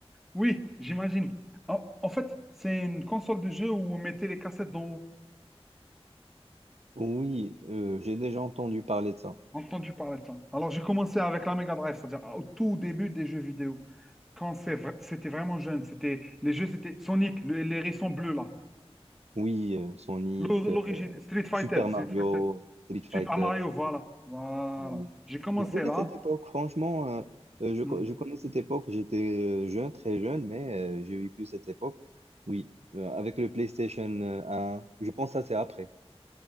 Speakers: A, in the centre; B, on the right.
A: Oui, j'imagine. En, en fait, c'est une console de jeu où on mettait les cassettes d'en haut.
B: Oui, euh, j'ai déjà entendu parler de ça.
A: Entendu parler de ça. Alors, j'ai commencé avec la Mega Drive, c'est-à-dire au tout début des jeux vidéo. Quand c'est vra- c'était vraiment jeune, c'était les jeux, c'était Sonic, le- les hérissons bleus là.
B: Oui, euh, Sonic,
A: L'or-
B: euh,
A: L'origine, Street Fighter,
B: Super
A: Street
B: Mario,
A: Fighter,
B: Street Fighter.
A: Super Mario, voilà. Voilà.
B: euh,
A: J'ai commencé
B: Je connais
A: là.
B: cette époque, franchement, euh, euh, je, co-
A: Hmm.
B: je connais cette époque. J'étais euh, jeune, très jeune, mais euh, j'ai vécu cette époque. Oui, euh, avec le PlayStation euh, 1. Je pense que ça, c'est après,